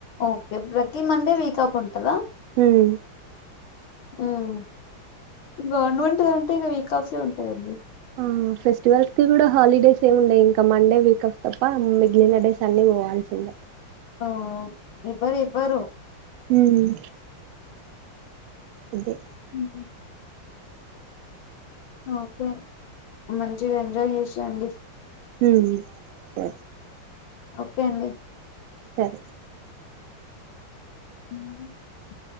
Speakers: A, on the left (about 80°); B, on the right (about 85°).
A: ఓకే ప్రతి మండే వీక్ ఆఫ్ ఉంటదా
B: మ్.
A: మ్. గవర్నంట్ దంటే ఇక వీక్ ఆఫె ఉంటదండి.
B: ఆ ఫెస్టివల్స్ కి కూడా హాలిడేస్ ఏమి ఉండయ్ ఇంక మండే వీక్ ఆఫ్ తప్ప మిగిలిన డేస్ అన్ని పోవాల్సిందే
A: ఆ ఇవ్వరివ్వరు.
B: హ్మ్ అదే
A: మ్ హు ఓకే మంచిగ ఎంజాయ్ చేసిరండి.
B: హ్మ్ సరే.
A: ఓకే అండి.
B: సరే
A: హ